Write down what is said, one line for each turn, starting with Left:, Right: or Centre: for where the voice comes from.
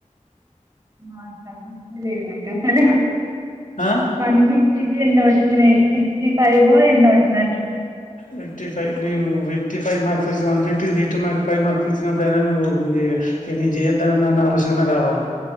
Right: మా సర
Left: ఆ
Right: వన్ ఫిఫ్టీ ఎన్నో వచ్చినాయి సిక్స్టీ ఫైవ్ ఎన్నో వచ్చిన
Left: fifty five fifty five marks వచ్చి వన్ ఫిఫ్టీకి ఫిఫ్టీ మార్క్స్ ఫై్ార్స్ వచ్చినప్పుడయినా నువ్ చేయొద్దనన్న ఆలోచనాన్న రావాలే